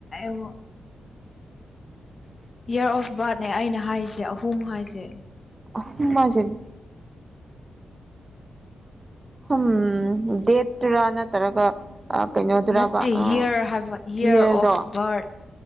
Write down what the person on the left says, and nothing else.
ꯎ ꯏꯔ ꯑꯣꯐ ꯔꯊ ꯑꯩꯅ ꯍꯥꯏꯔꯤꯁꯦ ꯑꯍꯨꯝ ꯍꯥꯏꯁꯦ
ꯅꯠꯇꯦ
ꯌꯔ ꯍꯥꯏꯕ ꯌꯔ
ꯑꯣꯐ ꯕꯥꯔꯠ